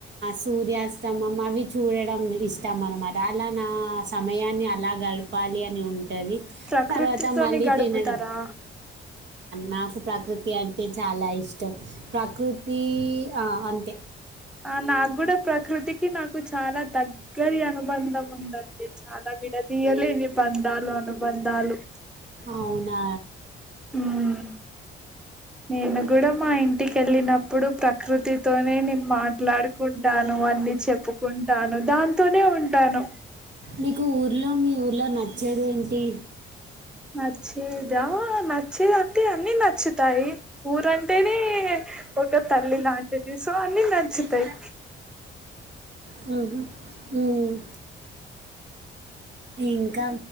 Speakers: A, on the right; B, in the centre.
A: సూర్యాస్తమయం చూడటం ఇష్టం అనమాట అలా నా సమయాన్ని అలా గడపాలి అని ఉ ఉంటది
B: ప్రకృతితోని
A: తర్వాత మళ్ళీ
B: గడుపుతారా
A: తినడం నాకు ప్రకృతి అంటే చాలా ఇష్టం ప్రకృతి అంత
B: ఆ నాకూడా కృతికి నాకు చాలా దగ్గర అనుబంధం ఉంద అ చాలా విడదియలేని బంధాలు అనుబంధాలు
A: అవునా
B: ఉమ్ నేను కూడా మా ఇంటికి వెళ్ళినప్పుడు ప్రకృతితోనే నేను మాట్లాడుకుంటాను అని చెప్పు ఉంటాను దాంతోనే ఉంటాను
A: మీకు ఊర్లో మీ ఊర్లో నచ్చేది ఏంటి
B: నచ్చిదా నచ్చితే అన్ని నచ్చుతుంది నచ్చుతాయి ఊరంటేనే ఒక తల్లి లాంటిది సో అన్ని నచ్చుతాయి
A: స్ హ్మ్ హు మ్మ్ ఇంకా